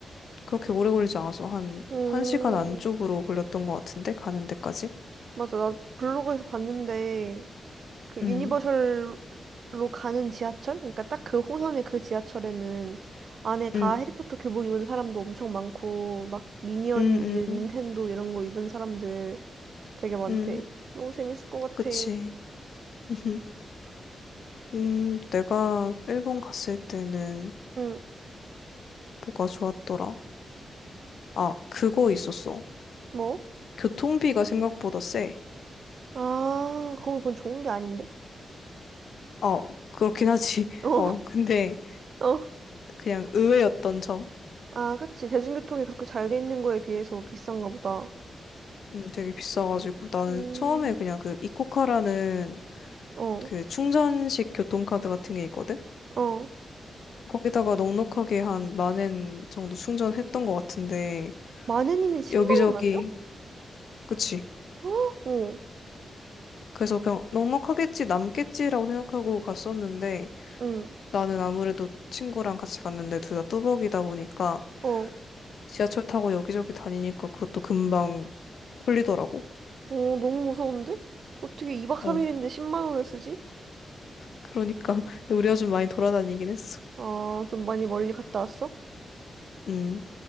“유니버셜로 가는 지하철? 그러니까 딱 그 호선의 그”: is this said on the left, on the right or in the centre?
Right